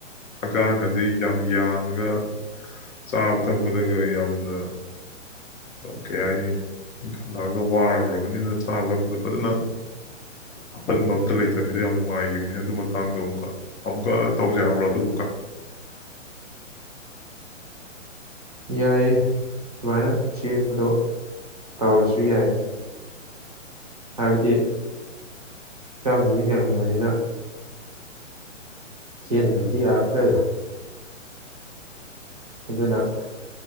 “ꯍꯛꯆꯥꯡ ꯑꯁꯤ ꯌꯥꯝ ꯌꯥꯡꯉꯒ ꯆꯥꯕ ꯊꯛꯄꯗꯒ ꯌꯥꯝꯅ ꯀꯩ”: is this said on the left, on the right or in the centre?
Left